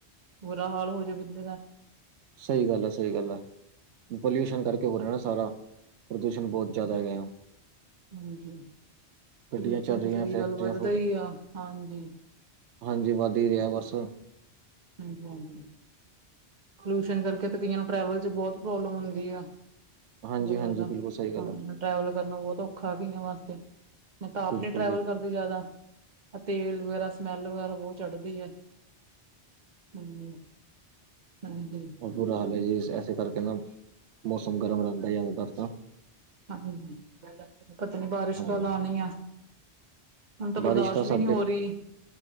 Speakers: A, on the right; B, on the right.
A: ਬੁਰਾ ਹਾਲ ਹੋ ਜੇ ਬੰਦੇ ਦਾ।
B: ਸਈ ਗੱਲ ਐ ਸਈ ਗੱਲ ਐ। ਪੋਲਿਊਸ਼ਨ ਕਰਕੇ ਹੋ ਰੇਹਾ ਨਾ ਸਾਰਾ, ਪ੍ਰਦੂਸ਼ਣ ਬੋਹਤ ਜਾਦਾ ਹੈਗਾ ਆ।
A: ਹਾਂਜੀ <unintelligible>
B: ਗੱਡੀਆਂ
A: ਤੇ
B: ਚੱਲ ਰਹੀਆਂ
A: ਸਈ ਗੱਲ
B: ਫੈਕਟਰੀਆਂ
A: ਵੱਧਦਾ
B: ਫੁੱਟ
A: ਈ ਆ ਹਾਂਜੀ।
B: ਹਾਂਜੀ ਵੱਧ ਈ ਰੇਆ ਬਸ।
A: ਹਾਂਜੀ-ਹਾਂਜੀ। ਪੋਲਿਊਸ਼ਨ ਕਰਕੇ ਤੇ ਕਈਆਂ ਨੂੰ ਟਰੈਵਲ ਚ ਬੋਹਤ ਪ੍ਰੋਬਲਮ ਹੁੰਦੀ ਆ।
B: ਹਾਂਜੀ
A: ਬੋਤ ਜਾਦਾ
B: ਹਾਂਜੀ ਬਿਲਕੁਲ ਸਹੀ
A: ਪਾਣੀ
B: ਗੱਲ ਹੈ
A: ਦਾ ਟਰੈਵਲ ਕਰਨਾ ਬੋਹਤ ਔਖਾ ਕਈਆ ਵਾਸਤੇ, ਮੈਂ ਤਾਂ ਆਪ
B: ਬਿਲਕੁਲ
A: ਨੀ ਟਰੈਵਲ
B: ਜੀ
A: ਕਰ ਦੀ ਜਾਦਾ, ਤੇਲ ਵਗੈਰਾ ਸਮੈਲ ਵਗੈਰਾ ਬੋਹਤ ਚੜਦੀ ਐ। ਹਮ ਹਾਂਜੀ।
B: ਬੋਹਤ ਬੁਰਾ ਹਾਲ ਐ ਜੀ, ਐਸੇ ਕਰਕੇ ਨਾ ਮੌਸਮ ਗਰਮ ਰੇਹੰਦਾ ਜ਼ਿਆਦਾਤਰ ਤਾਂ
A: ਹਾਂਜੀ, ਪਤਾ ਨੀ ਬਾਰਿਸ਼
B: ਹਾਂ
A: ਕਦ ਆਣੀ ਐ? ਹੁਣ ਤੇ ਬਰਦਾਸ਼
B: ਬਾਰਿਸ਼ ਤਾਂ
A: ਵੀ
B: ਸਾਡੇ
A: ਨੀ ਹੋ ਰਈ,